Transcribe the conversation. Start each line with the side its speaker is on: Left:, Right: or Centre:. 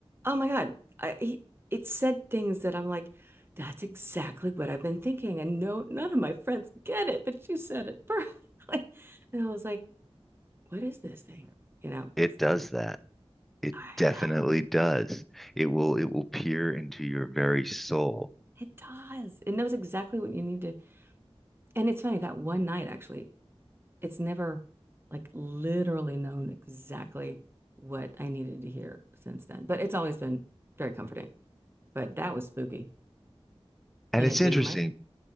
Right: Oh my God. I, he, it said things that I'm like, that's exactly what I've been thinking. And no, none of my friends get it, but you said it perfectly. <laughs> And I was like, what is this thing? You know,
Centre: It
Right: it's,
Centre: does that. It
Right: I
Centre: definitely
Right: know.
Centre: does. It will it will peer into your very soul.
Right: It does. It knows exactly what you need to. And it's funny that one night, actually, it's never like literally known exactly what I needed to hear since then. But it's always been very comforting. But that was spooky.
Centre: And
Right: And
Centre: it's
Right: it being
Centre: interesting
Right: my